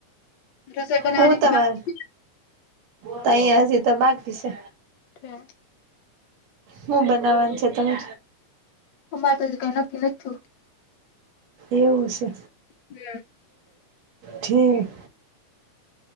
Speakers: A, on the left; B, on the right.
A: રસોઈ બનાવાની
B: હુ તમા તય હજી તો બાકી છે.
A: ઠે
B: હુ બનવાન છે, તમે?
A: અમારે તો હજી કઈ નક્કી નથી થીયું
B: એવું છે,
A: હમ
B: ઠીક